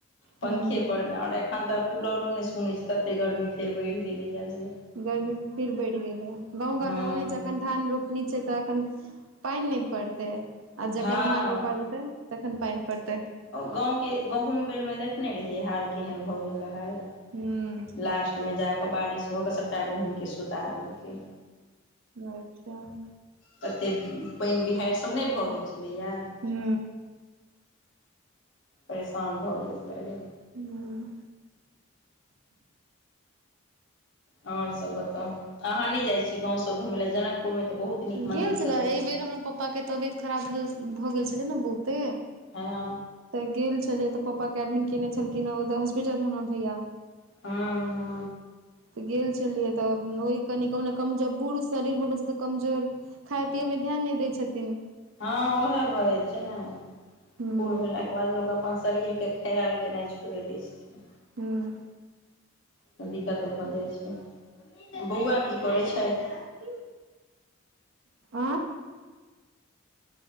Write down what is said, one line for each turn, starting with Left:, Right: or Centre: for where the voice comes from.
Left: पंखे
Right: ह
Left: पर मेआओर एखन तऽ कूलरो नहि सुनैत छैय तते गर्मी फेर बढ़ि गेलैएा ये जे
Right: गर्मी फिर बढ़ि गेल, गाँव
Left: हँ
Right: घरमे ओनेसे जखन धान रोपनी छै तऽ अखन पानी नहीं पड़तै आ जखन
Left: हँ
Right: धान रोपजेतै तखनपानीपड़तैय
Left: गाँवके गहूँम बेरमे देखने रहियै हाल, केहन भऽ गेल रहय
Right: हू
Left: लास्टमे जाकऽ बारिश भऽ कऽ सभटा गहूँम के सुता देलकैय
Right: अच्छा ऽ
Left: ततेक पायन बिहार सभ नैय भऽ गैल छलैया।
Right: हू।
Left: परेशान भऽ गेल छलै यैह लैल।
Right: नैय।
Left: आओर सब बताउ? अहाँ नैय जाइ छी गाँव सब घुमयल जनकपुर मे तऽ बहुत। नीक मन्दिर
Right: गैल
Left: सब
Right: छलै,
Left: छथिन
Right: एहि बेर हमर पापा के तबियत खराब भ भऽ गैल छलै नै बहुते।
Left: हा।
Right: तऽ गैल छलियै। तऽ पापा के एडमिट केने छलखिन हँ ओ तऽ हॉस्पिटल मे हमर भैया।
Left: हा हा
Right: तऽ गेल छलियै तऽ ओहि कनि कहो कमज बूढ़ शरीर भऽ गेल छैय तऽ कमजोर। खाइ पिये में ध्यान नैय दै छथिन।
Left: हँ ओह भऽ जाइ छैय नैय।
Right: हूँ
Left: बूढ़ भेलाके बाद लोक अपन शरीर के। खयाल केनाय छोड़ दैय छथिन।
Right: हूँ
Left: त दि। क्कत भऽ जाइ छैय। बौआ की करै छैथ?
Right: की आअ